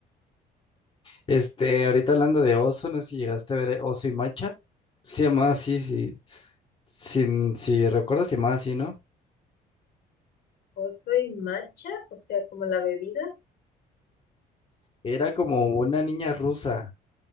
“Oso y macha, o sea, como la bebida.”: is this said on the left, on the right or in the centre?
Left